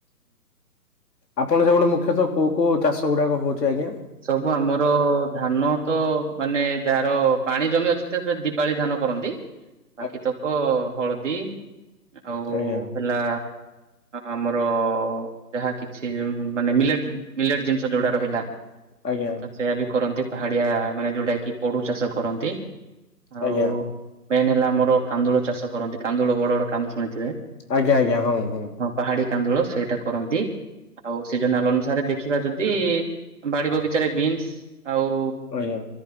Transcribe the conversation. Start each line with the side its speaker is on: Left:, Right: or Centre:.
Left: ଆପଣଙ୍କ ସେପଟେ ମୁଖ୍ୟତଃ କୋଉ କୋଉ ଚାଷ ଗୁଡ଼ାକ ହଉଛି ଆଜ୍ଞା?
Right: ସବୁ ଆମର ଧାନ ତ ମାନେ ଯାହାର ପାଣି ଜମି ଅଛି ତ ଦିପାଳି ଧାନ କରନ୍ତି।
Left: <inaudible>
Right: ବାକି ତକ ହଳଦୀ ଆଉ
Left: ଆଜ୍ଞା
Right: ହେଲା ଆମର ଯାହା କିଛି ମାନେ ମିଲେଟ୍ ମିଲେଟ ଜିନିଷ ଯୋଉଡା ରହିଲା।
Left: ଆଜ୍ଞା।
Right: ସେଇଆ ବି କରନ୍ତି ପାହାଡିଆ ମାନେ ଯୋଉଟା କି ପୋଡୁ ଚାଷ କରନ୍ତି। ଆଉ
Left: ଆଜ୍ଞା
Right: ମେନ୍ ହେଲା ଆମର କାନ୍ଦୁଳ ଚାଷ କରନ୍ତି କାନ୍ଦୁଳ ବଡ ବଡ କାନ୍ଦୁଲ ଶୁଣିଥିବେ।
Left: ଆଜ୍ଞା ଆଜ୍ଞା ହଁ ହଁ।
Right: ପାହାଡି କାନ୍ଦୁଳ ସେଇଟା କରନ୍ତି। ଆଉ ସିଜନାଲ ଅନୁସାରେ ଦେଖିବା ଯଦି ବାଡ଼ି ବଗିଚାରେ ବିନ୍ସ ଆଉ
Left: ଆଜ୍ଞା